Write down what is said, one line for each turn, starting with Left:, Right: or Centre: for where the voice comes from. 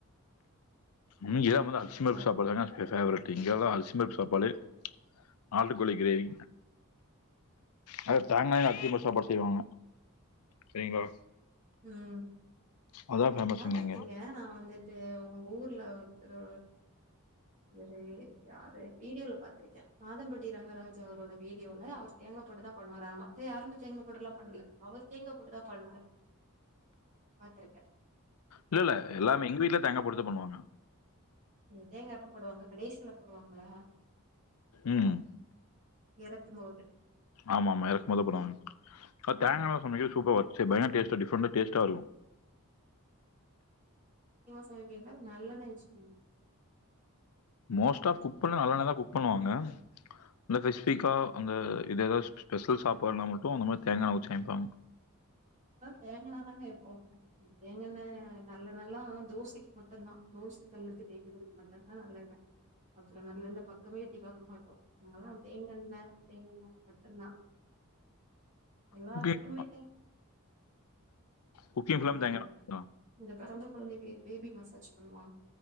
Left: இங்கதா அரிசி
Right: சூப்பரா
Left: பருப்பு
Right: இருக்கும்.
Left: சாப்பாடு தா ஃபேவரைட் இங்க எல்லா அரிசி <unintelligible> பருப்பு சாப்பாடு நாட்டுக்கோழி கிரேவி அதில தேங்காய் அரைச்சு போட்டு சாப்பாடு செய்வாங்க சரிங்களா
Right: உம்
Left: அதான் ஃபேமஸ்
Right: பாத்திருக்கீங்க
Left: இங்க
Right: நா வந்து தே உங்க ஊர்ல ஒருத்தரு இவரு யாரு வீடியோல பார்த்திருக்க மாதம்பட்டி ரங்கராஜ் அவரோட வீடியோல அவர் தேங்க போட்டு தா பண்ணுவாரு ஆனா மத்த யாரு தேங்காய போட்டு எல்லா பண்ணல அவர் தேங்காய போட்டு தா பண்ணாரு பாத்துருக்க
Left: இல்ல இல்ல எல்லாமே எங்க வீட்ல தேங்காய போட்டு தான் பண்ணுவாங்க
Right: தேங்கா எப்ப போடுவாங்க கடைசியில போடுவாங் களா
Left: உஹம்
Right: இறக்கும்போது.
Left: ஆமா ஆமா இறக்கு போது தா போடுவாங்க
Right: ம்.
Left: தேங்காயல சமைக்கது சூப்பர் வ ச பயங்கர டேஸ்டா டிஃப்ரன்டா டேஸ்டா இருக்கு
Right: <unintelligible> நல்லெண்ண யூஸ் பண்
Left: மோஸ்ட் ஆஃப் குக் பண்ணா நல்லெண்ணைலதா குக் பண்ணுவாங்க அந்த ஸ்பெசிபிக்கா அந்த இதேதாவது ஸ்பெசல் சாப்பாடுனா மட்டு அந்த மாரி தேங்ககாண்ண ஊத்தி சமைப்பாங்க
Right: தேங்கண்ணதாங்க எப்போமே தேங்கண்ணெ நல்லண்ணல்லா தோசைக்கு மட்டுந்தா தோச கல்லுக்கு தேய்க்கறதுக்கு மட்டும்தா நல்லெண்ண அப்ரோ நல்லெண்ண பக்கமே எட்டி பாக்கமாட்டோ நாங்களா தேங்கண்ணெ தேங்கண்ண மட்டும்தா எல்லாத்துக்குமே
Left: குக்கிங் குக்கிங் ஃபுல்லாமே
Right: இந்த
Left: தேங்காண்ணதானா
Right: இந்த பெறந்த குழந்தைக்கு பேபி மசாஜ் பண்ணுவாங்க